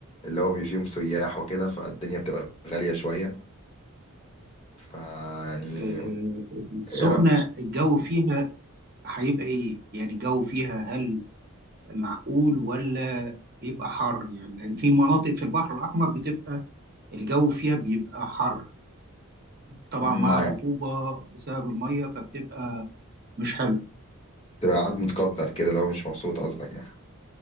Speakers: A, on the left; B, on the right.
A: اللي هو بي فيهم سياح وكده فالدنيا بتبقى غالية شوية فيعني
B: آه، السخنة
A: إيه رأيك؟
B: الجو فيها هيبقى ايه يعني الجو فيها هل معقول ولا بيبقى حر يعني لان في مناطق في البحر الاحمر بتبقى الجو فيها بيبقى حر طبعا
A: ما
B: مع الرطوبة بسبب المية فبتبقى مش حلو
A: تبقى قاعد متقدر كده لو مش مبسوط قصدك يعني